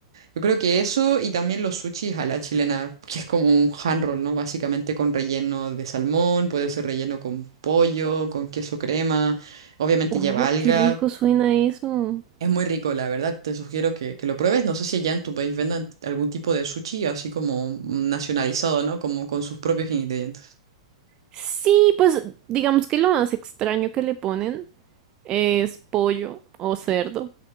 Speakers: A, on the right; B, on the right.
A: Yo creo que eso y también los sushis a la chilena, que es como un hand roll, ¿no? Básicamente con relleno de salmón, puede ser relleno con pollo, con queso crema, obviamente
B: ¡Oh,
A: lleva alga.
B: qué rico suena eso!
A: Es muy rico, la verdad, te sugiero que, que lo pruebes. No sé si allá en tu país vendan algún tipo de sushi así como nacionalizado, ¿no? Como con sus propios ingredientes.
B: Sí, pues digamos que lo más extraño que le ponen es pollo o cerdo,